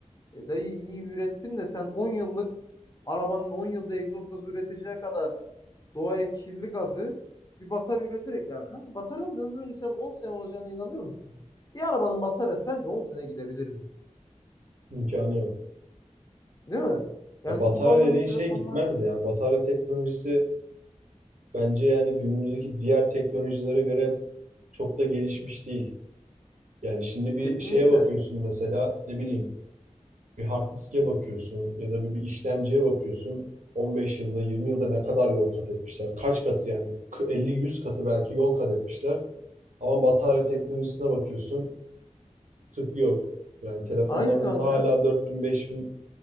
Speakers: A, on the left; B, on the right.
A: e, dayı iyi ürettin de sen 10 yıllık arabanın 10 yılda egzoz gazı üreteceği kadar doğaya kirli gazı bir batarya üreterek ya kanka bataryanın ömrünün sen 10 sene olacağına inanıyor musun? Bir arabanın bataryası sence 10 sene gidebilir mi?
B: İmkanı yok.
A: Değil mi? Yani
B: Ya batarya
A: kullandığımız
B: dediğin
A: telefonlar
B: şey gitmez ya. Batarya teknolojisi bence yani günümüzdeki diğer teknolojilere göre çok da gelişmiş değil. Yani şimdi bir
A: kesinlikle
B: şeye bakıyorsun mesela ne bileyim bir hard diske bakıyorsun ya da bir, bir işlemciye bakıyorsun. 15 yılda 20 yılda ne kadar yol kat etmişler? Kaç katı yani? Elli, yüz katı belki yol kat etmişler. Ama batarya teknolojisine bakıyorsun tık yok. Yani telefonlarımızda
A: aynı kanka.
B: hala dört bin, beş bin